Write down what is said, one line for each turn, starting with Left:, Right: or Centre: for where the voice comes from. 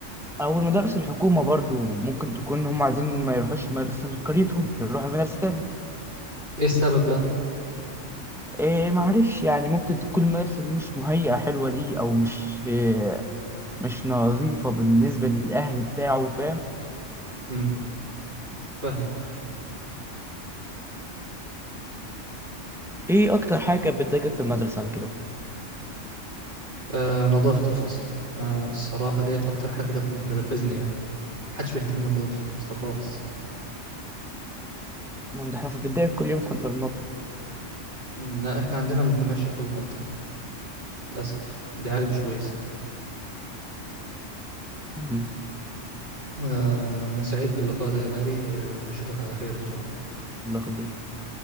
Centre: أو المدارس الحكومة برضو ممكن تكون هم عايزين ما يروحوش المدرسة اللي في قريتهم يروحوا مدرسة تاني
Right: ايه السبب بقى
Centre: إيه معرفش يعني ممكن تكون المدرسة دي مش مهيئة حلوة ليه أو مش إيه مش نظيفة بالنسبة للأهل بتاعه فاهم
Right: امم فاهمك
Centre: إيه أكتر حاجة كانت بتضايقك في المدرسة على كده؟
Right: آه نظافة الفصل ما الصراحة ديت أكتر حاجة كانت بتنرفزني يعني محدش بيهتم بنظافة الفصل خالص
Centre: ما ده إحنا في ابتدائي كل يوم كنا
Right: م، لا إحنا عندنا ما كناش إحنا بننظف للأسف دي حاجة مش كويسة
Centre: بننضف
Right: آه أنا سعيد باللقاء ده يا غالي آه، أشوفك على خير إن شاء الله
Centre: الله يخليك